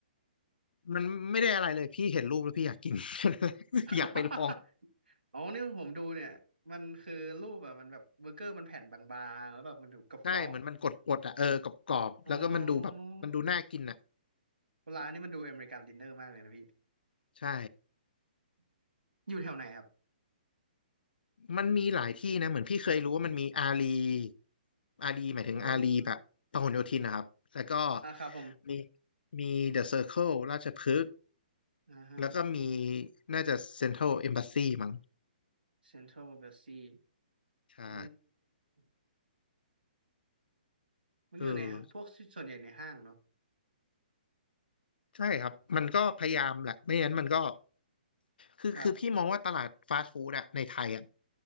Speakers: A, on the left; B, on the right.
A: มันไม่ได้อะไรเลยพี่เห็นรูปแล้วพี่อยากกิน <laughs>
B: <laughs>
A: อยากไปลอง
B: อ๋อนี่ผมดูเนี่ยมันคือรูปอะมันแบบเบอร์เกอร์มันแผ่นบางๆแล้วแบบมันถูกกรอบ
A: ใช่เหมือนมันกดๆอ่ะเออกรอบๆแล้วก็มันดูแบบมันดูน่ากินอ่ะ
B: อ๋อร้านนี้มันดูอเมริกันดินเนอร์มากเลยนะพี่
A: ใช่
B: อยู่แถวไหนครับ
A: มันมีหลายที่นะเหมือนพี่เคยรู้ว่ามันมีอารีอารีหมายถึงอารีแบบพหลโยธินนะครับแล้วก็
B: อ่าอ่าครับผม
A: มีมีเดอะเซอร์เคิลราชพฤกษ์
B: อ่าฮะ
A: แล้วก็มีน่าจะเซ็นทรัลเอมบาซีมั้ง
B: เซ็นทรัลเบลซี
A: ใช่
B: อืมมันอยู่ในห้างพวกส่วนใหญ่ในห้างเนาะ
A: เออใช่ครับมันก็พยายามแหละไม่งั้นมันก็ คือคือพี่มองว่าตลาดฟาสต์ฟู้ดอะในไทยอะ
B: ครับ